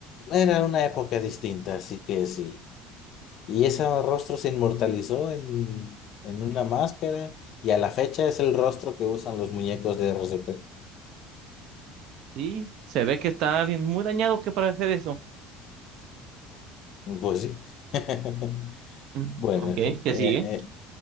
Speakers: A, on the left; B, on the right.
A: Era una época distinta, así que sí. Y ese rostro se inmortalizó en, en una máscara y a la fecha es el rostro que usan los muñecos de R C P
B: Y se ve que está alguien muy dañado que para hacer eso.
A: Pues sí. <laughs>
B: Mm,
A: Bueno,
B: Ok,
A: eh,
B: ¿qué
A: eh,
B: sigue?